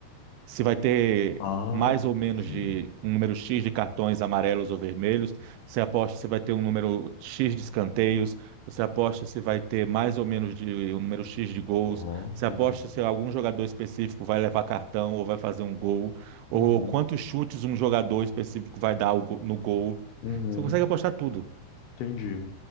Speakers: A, on the right; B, on the left.
A: se vai ter
B: Ah,
A: mais
B: entendi.
A: ou menos de um número X de cartões amarelos ou vermelhos, você aposta se vai ter um número X de escanteios, você aposta se vai ter mais ou menos de um número X de gols,
B: Aham,
A: você
B: entendi.
A: aposta se algum jogador específico vai levar cartão ou vai fazer um gol, ou
B: Uhum,
A: quantos chutes um jogador específico vai dar ao go- no gol.
B: uhum.
A: Você consegue apostar tudo.
B: Entendi.